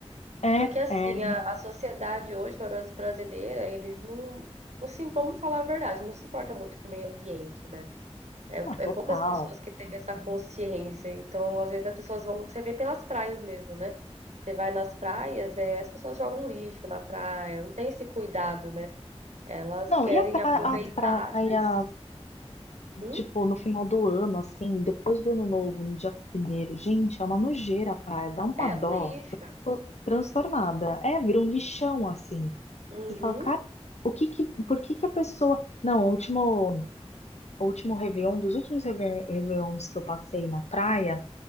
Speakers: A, on the left; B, on the right.
A: É,
B: Porque assim,
A: é,
B: a, a sociedade hoje, pelo menos brasileira, eles não, não se, vamos falar a verdade, não se importa muito com o meio ambiente, né? É,
A: não,
B: é
A: total.
B: poucas pessoas que têm essa consciência. Então, às vezes as pessoas vão. Você vê pelas praias mesmo, né? Você vai nas praias, é, as pessoas jogam lixo na praia, não tem esse cuidado, né? Elas
A: Não,
B: querem
A: e a pra-
B: aproveitar,
A: as praias
B: mas hum,
A: Tipo, no final do ano, assim, depois do ano novo, no dia primeiro, gente, é uma nojeira, praia, dá uma
B: é
A: dó.
B: um lixo.
A: Eu fico transtornada. É, vira um lixão, assim.
B: Uhum.
A: Você fala, cara, o que que, por que que a pessoa. Não, o último, o último Réveillon, dos últimos Réve- Réveillons que eu passei na praia